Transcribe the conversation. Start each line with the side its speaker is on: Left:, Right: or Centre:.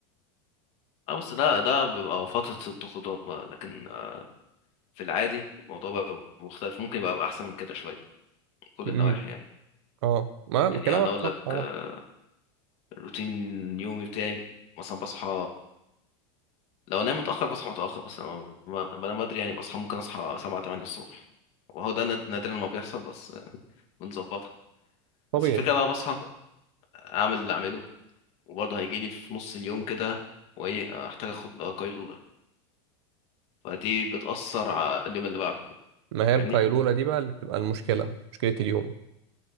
Left: اه بس ده ده بيبقى فترة الضغوطات بقى لكن في العادي الموضوع بقى مختلف ممكن يبقى احسن من كده شوية من كل
Right: م-
Left: النواحي
Right: م.
Left: يعني
Right: اه ما
Left: يعني
Right: كلامك
Left: انا اقول
Right: صح
Left: لك
Right: اه
Left: آه، روتين يومي بتاعي مثلا بصحى لو انام متأخر بصحى متأخر بس لما لما بنام بدري يعني بصحى ممكن اصحى سبعة تمانية الصبح وهو ده ناد- نادرا ما بيحصل بس آه، بنظبطها
Right: طبيعي
Left: بس الفكرة بقى بصحى اعمل اللي اعمله وبرضه هيجيلي في نص اليوم كده وايه احتاج اخد قيلولة فدي بتأثر على اليوم اللي بعده
Right: ما هي
Left: فاهمني
Right: القيلولة دي بقى اللي بتبقى المشكلة مشكلة اليوم